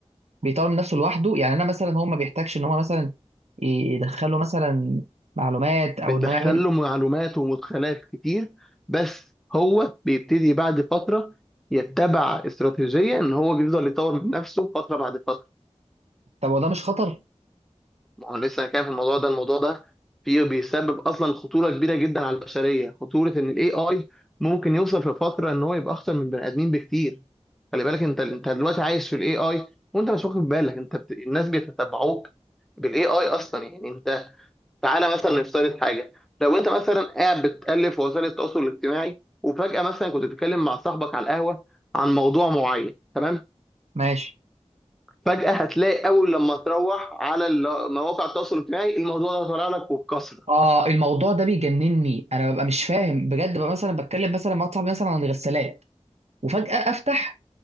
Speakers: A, on the right; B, in the centre.
A: بيطور من نفسه لوحده يعني انا مثلا هو ما بيحتاجش ان هو مثلا يدخله مثلا معلومات
B: بندخل
A: او انه يعمل
B: له معلومات ومدخلات كتير بس هو بيبتدي بعد فترة يتبع استراتيجية إن هو بيفضل يطور من نفسه فترة بعد فترة
A: طب وده مش خطر
B: ما هو لسه انا كان في الموضوع ده الموضوع ده فيه بيسبب أصلا خطورة كبيرة جدا على البشرية خطورة إن ال AI ممكن يوصل في فترة إن هو يبقى أخطر من البني آدمين بكتير خلي بالك أنت أنت دلوقتي عايش في ال AI وأنت مش واخد بالك أنت بت... الناس بيتتبعوك بال AI أصلا يعني انت تعالى مثلا نفترض حاجه لو انت مثلا قاعد بتالف في وسائل التواصل الاجتماعي وفجاه مثلا كنت بتتكلم مع صاحبك على القهوه عن موضوع معين تمام
A: ماشي
B: فجاه هتلاقي اول لما تروح على ال- مواقع التواصل الاجتماعي الموضوع ده طالع لك وبكثره
A: اه الموضوع ده بيجنني انا ببقى مش فاهم بجد ببقى مثلا بتكلم مثلا مع واحد صاحبي مثلا عن الغسالات وفجأة افتح